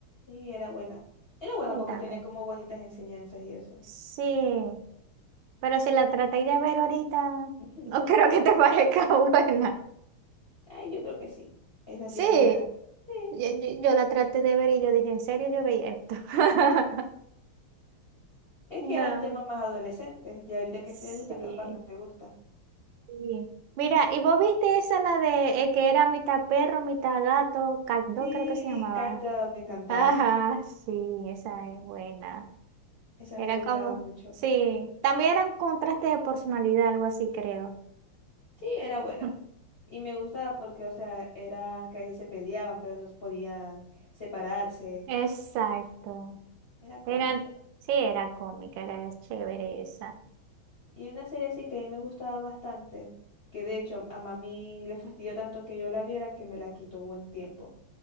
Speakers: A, on the left (about 55°); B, on the right (about 70°).
A: Y era buena. Era buena
B: sí,
A: porque
B: también.
A: tenía como bonitas enseñanzas y eso.
B: Sí, pero si la traté de ver ahorita,
A: <laughs>
B: no <laughs> creo que te <laughs> parezca buena.
A: Ay, yo creo que sí. Esa
B: Sí,
A: tiene bonitas. Sí.
B: yo, yo- yo la traté de ver y yo dije, ¿en serio yo veía esto? <laughs>
A: Es
B: No,
A: que eran temas más adolescentes. Ya ahorita que
B: sí,
A: estoy adulta, capaz no te gusta.
B: sí. Mira, ¿y vos viste esa la de eh, que era mitad perro, mitad gato? Caldo
A: Sí,
B: creo que se llamaba.
A: Carta me encantaba.
B: Ajá, sí, esa es buena.
A: Esa
B: Era
A: me gustaba
B: como,
A: mucho.
B: sí, también era un contraste de personalidad, algo así creo.
A: Sí, era buena.
B: <laughs>
A: Y me gustaba porque, o sea, era que a veces se peleaban, pero no podían separarse.
B: Exacto.
A: Era cómico.
B: Era, sí, era cómica, era chévere esa.
A: Y una serie así que a mí me gustaba bastante, que de hecho a mami le fastidió tanto que yo la viera que me la quitó buen tiempo.